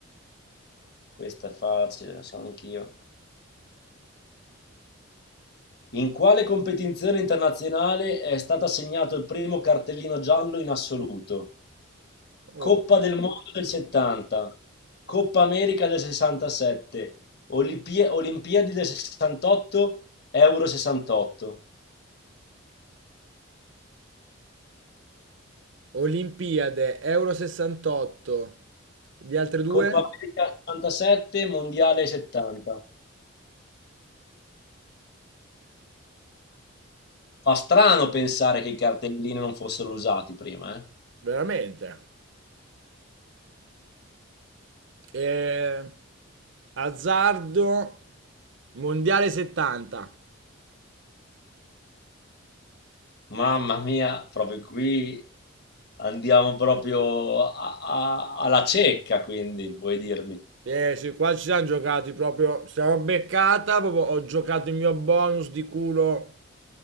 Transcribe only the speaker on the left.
questa è facile, lo so anch'io. In quale competizione internazionale è stato assegnato il primo cartellino giallo in assoluto?
Coppa del Mondo del 70, Coppa America del 67, Olimpia- Olimpiadi del 68, Euro 68,
Coppa America 67, Mondiale 70. Fa strano pensare che i cartellini non fossero usati prima, eh?
Mamma mia, proprio qui andiamo proprio a- a- alla cieca, quindi, vuoi dirmi?